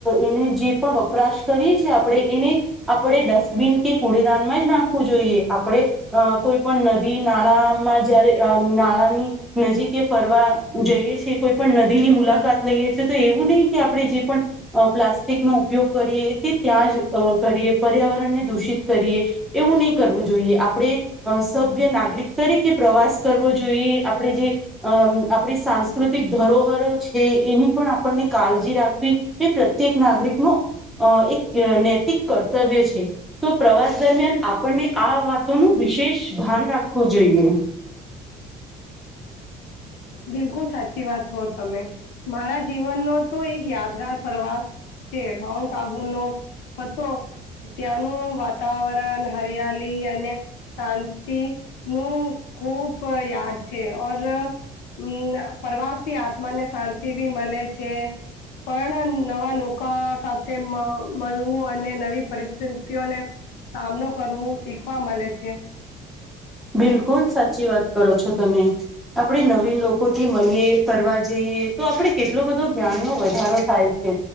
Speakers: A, in the centre; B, on the left.
A: એને જે પણ વપરાશ કરીએ છીએ આપણે એને આપણે ડસ્ટબિન કે કુડેદાનમાં જ નાખવું જોઈએ આપણે અ કોઈ પણ નદી નાળામાં જયારે નાળાની નજીકે ફરવા જઈએ કોઈ પણ નદી ની મુલાકાત લઈએ છીએ તો એવું નહીિ કે આપણે જે પણ અ પ્લાસ્ટિકનો ઉપયોગ કરીએ તે ત્યાં જ કરીએ પર્યાવરણને દૂષિત કરીએ એવું નહી કરવું જોઈએ આપણે અ સભ્ય નાગરિક તરીકે પ્રવાસ કરવો જોઈએ આપણે જે અ આપણી સા પ્રાકૃતિક ધરોહરો છે એની પણ આપણને કાળજી રાખવી એ પ્રત્યેક નાગરિકનો અ એક નૈતિક કર્તવ્ય છે તો પ્રવાસ દરમિયાન આપણને આ વાતોનું વિશેષ ભાન રાખવું જોઈએ
B: બિલકુલ સાચી વાત કહો તમે મારા જીવનનો તો એક યાદગાર પ્રવાસ જે માઉન્ટ આબુ નો હતો ત્યાંનું વાતાવરણ હરિયાલી અને શાંતિ નું ખુબ યાદ છે ઓર હમ પ્રવાસ થી આત્માને શાંતિ ભી મલે છે પણ નવા લોકો સાથે મધ મળવું અને નવી પરિસ્થિતિઓને સામનો કરવો શીખવા મલે છે.
A: બિલકુલ સાચી વાત કરો છો તમે આપણે નવીન લોકો થી મળીએ ફરવા જઈએ તો આપડે કેટલો બધો જ્ઞાન નો વધારો થાય છે